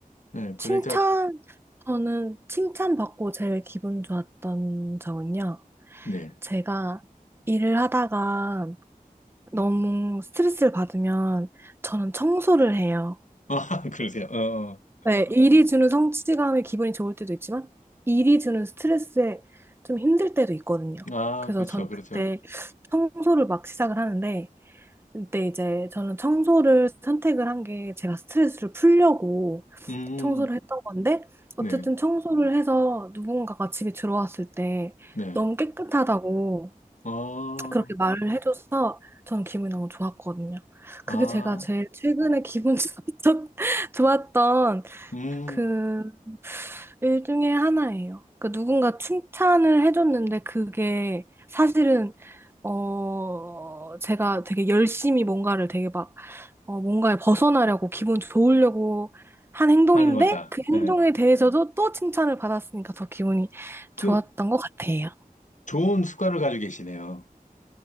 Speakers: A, on the left; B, on the right.
A: 네, 그러니까,
B: 칭찬, 저는 칭찬받고 제일 기분 좋았던 적은요.
A: 네.
B: 제가 일을 하다가 너무 스트레스를 받으면 저는 청소를 해요.
A: <laughs> 아, 그러세요. 어,
B: 네, 일이 주는 성취감에 기분이 좋을 때도 있지만 일이 주는 스트레스에 좀 힘들 때도 있거든요.
A: 어. 아,
B: 그래서
A: 그렇죠,
B: 저는
A: 그렇죠.
B: 그때 청소를 막 시작을 하는데 근데 이제 저는 청소를 선택을 한 게 제가 스트레스를 풀려고
A: 음,
B: 청소를 했던 건데 어쨌든
A: 네,
B: 청소를 해서 누군가가 집에 들어왔을 때
A: 네.
B: 너무 깨끗하다고
A: 어,
B: 그렇게 말을 해줘서 전 기분이 너무 좋았거든요.
A: 아,
B: 그게 제가 제일 최근에 기분 <laughs> 좋았- 좋았던
A: 음,
B: 그 일 중에 하나예요. 그 누군가 칭찬을 해줬는데 그게 사실은 어 제가 되게 열심히 뭔가를 되게 막 어, 뭔가에 벗어나려고 기분 좋으려고 한 행동인데
A: 하는 거다.
B: 그
A: 네.
B: 행동에 대해서도 또 칭찬을 받았으니까 더 기분이
A: 그
B: 좋았던 것 같아요.
A: 좋은 습관을 가지고 계시네요.